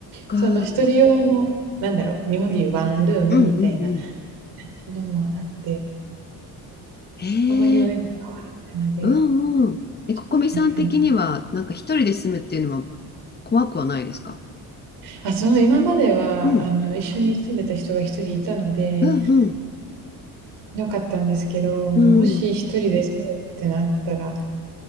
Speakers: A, on the left; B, on the right.
A: か。
B: その一人用の、なんだろう、日本でいうワンルームみたいな
A: うんうんうん。
B: のもあって、
A: へ
B: あまりお値段変わらないので、
A: え、うんうん。え、
B: ちょっといいかな。
A: ここみさん的には、なんか一人で住むっていうのは怖くはないですか
B: あ、その今までは、
A: うん
B: あの、一緒に住んでた人が一人いたので、
A: うんうん
B: 良かったんですけど、
A: うん。
B: もし一人で住むってなったら、